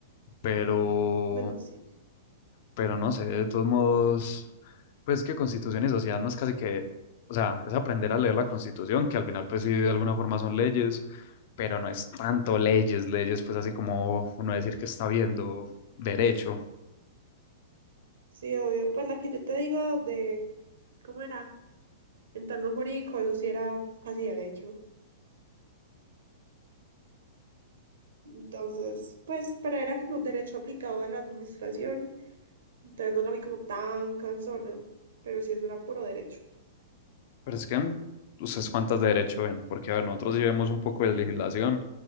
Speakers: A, on the left; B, on the right.
A: Pero
B: Bueno, sí,
A: Pero no sé, de todos modos, pues que Constitución y sociedad no es casi que, o sea, es aprender a leer la Constitución, que al final pues sí de alguna forma son leyes, pero no es tanto leyes, leyes pues así como uno decir que está viendo derecho.
B: sí, obvio. Pues la que yo te digo de, ¿cómo era? Entorno jurídico, eso sí era casi derecho. Entonces, pues, pero era como derecho aplicado a la administración Entonces no la vi como tan cansona, pero sí es dura puro derecho.
A: Pero es que mm, ustedes cuántas de derecho ven, porque a ver, nosotros sí vemos un poco de legislación,